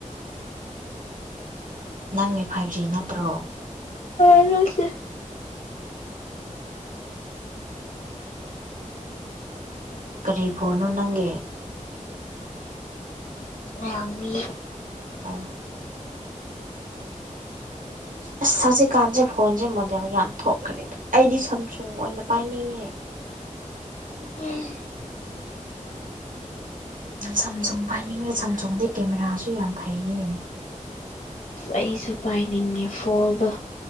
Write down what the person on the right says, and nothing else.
ꯅꯪꯒꯤ ꯐꯥꯏꯚ ꯖꯤ ꯅꯠꯇ꯭ꯔꯣ
ꯀꯔꯤ ꯐꯣꯟꯅꯣ ꯅꯪꯒꯤ
ꯑ ꯑꯁ ꯍꯧꯖꯤꯛꯀꯥꯟꯁꯦ ꯐꯣꯟꯁꯦ ꯃꯣꯗꯦꯜ ꯌꯥꯝ ꯊꯣꯛꯈ꯭ꯔꯦꯗ ꯑꯩꯗꯤ ꯁꯨꯡ ꯁꯝꯁꯨꯡ ꯑꯣꯏꯅ ꯄꯥꯏꯅꯤꯡꯉꯦ
ꯁꯝꯁꯨꯡ ꯄꯥꯏꯅꯤꯡꯉꯦ ꯁꯝꯁꯨꯡꯗ ꯀꯦꯃꯦꯔꯥꯁꯨ ꯌꯥꯝ ꯐꯩꯌꯦ